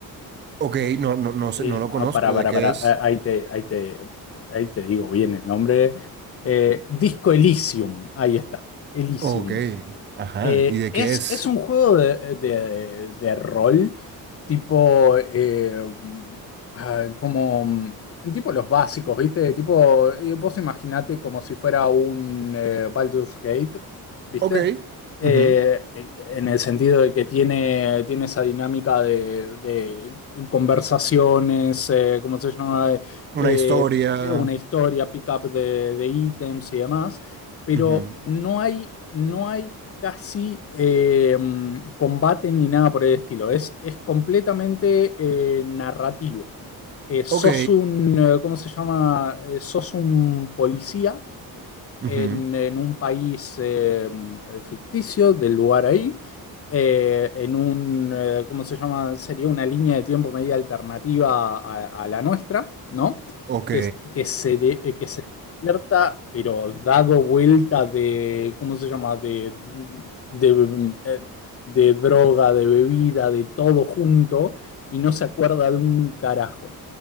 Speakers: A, on the right (about 30°); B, on the left (about 40°).
A: Ok, no, no, no
B: Eh,
A: sé, no lo
B: ah,
A: conozco.
B: para, para,
A: ¿De qué
B: para,
A: es?
B: ah, ahí te, ahí te, ahí te digo bien el nombre. Eh, Disco Elysium, ahí está, Elysium.
A: Ok, ajá,
B: Eh,
A: ¿y de
B: es,
A: qué es?
B: es un juego de, de- de rol, tipo, eh, mm, ah, como, mm, tipo los básicos, ¿viste? Tipo, eh, vos imaginate como si fuera un eh, Baldur's Gate, ¿viste?
A: Ok,
B: Eh,
A: ujú,
B: eh, en el sentido de que tiene, tiene esa dinámica de, de conversaciones, eh, ¿cómo se llama? Eh,
A: Una historia.
B: eh, una historia, pick-up de, de ítems y demás, pero
A: ujú,
B: no hay... No hay casi eh, combate ni nada por el estilo. Es, es completamente eh, narrativo. Eh, sos
A: Ok,
B: un, eh, ¿cómo se llama? Eh, sos un policía
A: Ujú.
B: en, en un país eh, ficticio del lugar ahí, eh, en un, eh, ¿cómo se llama? Sería una línea de tiempo media alternativa a, a la nuestra, ¿no?
A: Ok,
B: Que, es- que se de- eh, que se despierta, pero dado vuelta de, ¿cómo se llama? De, de, eh, de droga, de bebida, de todo junto, y no se acuerda de un carajo.